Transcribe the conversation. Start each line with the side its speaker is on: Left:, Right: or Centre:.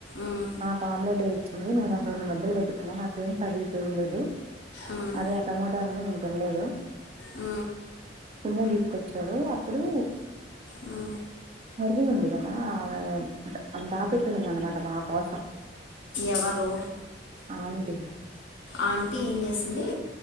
Left: ఉమ్,
Right: నాక్ ఆమ్లెట్ ఏయిచ్చుకుంది నేను ఒక్క రెండు ముద్దలు పెట్టుకున్నా నాకేం కర్రిస్ ఏయలేదు
Left: ఉమ్,
Right: అదే ఆ టమాటో అని నేను తినలేదు
Left: ఆ
Right: ముందుకు తీసుకొచ్చాడు అప్పుడు
Left: ఉ
Right: కర్రీ ఉంది కదా <unintelligible> దాపెటింద్ది అన్నమాట మాకోసం
Left: ఎవరు
Right: ఆంటీ
Left: ఆంటీ ఏం చేసింది